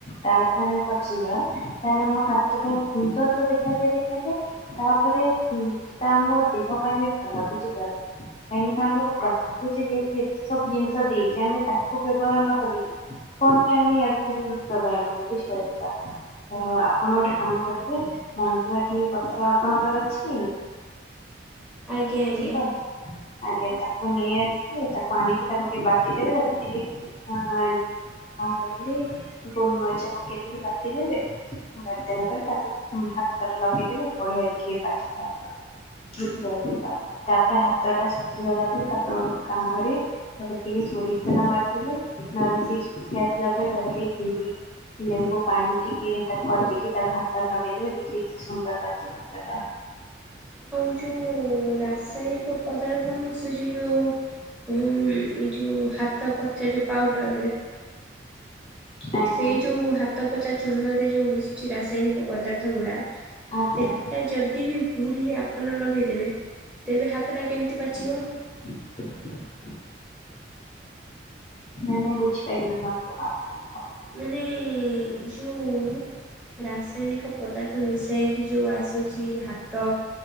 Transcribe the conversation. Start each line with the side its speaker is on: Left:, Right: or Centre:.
Left: ତାଠରେ ଆମେ ପଚେଇିବା ତାଲେ ଆମ ହାତର ସୁନ୍ଦର ତ ଦେଖାଯାଏ ଦେଖାଯାଏ ତାପରେ ସେଟା ଆମ ଦେହ ପାଇଁ ବି ଭଲ ଲାଗୁଛି ଏମ <unintelligible> ଯେହେତୁ ଏତେ ସବୁ ଜିନିଷ ଦେଇଛି ଆମେ ତାହାକୁ ବ୍ୟବହାର ନ କରିକରି। କଣ ପାଇଁ ଆମେ ଏଆଡୁସେଆଡୁଜିନିଷ ବ୍ୟବହାର କରିବା ବୁଝିପାରିଲେ ତ। ତ ଆପଣ ଗୋଟେ କାମ କରିବେ ମଞ୍ଜୁଆଟି ପତ୍ର ଆପଣଙ୍କର ଅଛି?
Centre: ଆଜ୍ଞା ଆଜ୍ଞା
Left: କ ଆଜ୍ଞା ତାକୁ ନେଇ ଆସିଲେ ତାକୁ ଆଣିକି ତାକୁ ଟିକେ ବାଟି ଦେଲେ ତାରେ ଟିକେ ହଁ କହିଲି ଗୋଲ ମରିଚା ପକେଇଦି ବାଟି ଦେବେ ବାଡ଼ି ଦେଲା ପରେ ତାକୁ ହାତରେ ଲଗେଇଦେଲେ ବଢିଆ ଦେଖିକ ପାଚିବେ ଆପଣ ର ତାପରେ ହାତ ଟା ଶୁଖି ଗଲା ପରେ ତାପରେ ଗୋଟେ କାମ କରି ତା ଟିକେ ସୋରି ଷ ତେଲ ମାରିଥିବେ ନହେଲେ ସେ ସୁଖି ଆସିଲ ପରେ ତାକୁ ଟିକେ ଚିି। ଲେମ୍ବୁ ପାଣି ଟିକେ ତାକୁ କରିଦେଇକି ତା ହାତରେ ଲଗେଇଦେବେ ଦେଖିବେ କିସୁନ୍ଦର ପାଚିବ। ସେଇଟା।
Centre: ଆଉ ଯୋଉ ରାସାୟନିକ ପଦାର୍ଥ ମିଶ ତ ଯେ ଯେଉଁ ଏ ଯେଉଁ ହାତ ପଚା ଯେଉଁ ପାଉଡ଼ରରେ।
Left: ଆଜ୍ଞା
Centre: ସେଇ ଯୋଉ ହାତ ପୋଚା ଚୂର୍ଣ୍ଣରେ ଯୋଉ ମିଶୁଛି ରାସାୟନିକ ପଦାର୍ଥ ଗୁଡା।
Left: ଆଜ୍ଞା
Centre: ସେଟା ଯଦି ବି ଭୁଲରେ ଆପଣ ଲଗେଇଦେବେ ତେବେ ହାତଟା କେମିତି ପାଚିବ।
Left: <inaudible> ନେ ବୁଝି ପାଇଲିନି।
Centre: ମାନେ ଯୋଉ ରାସାୟନିକ ପଦାର୍ଥ ମିଶାଇକି ଯେଉଁ ଆସୁଛି ହାତ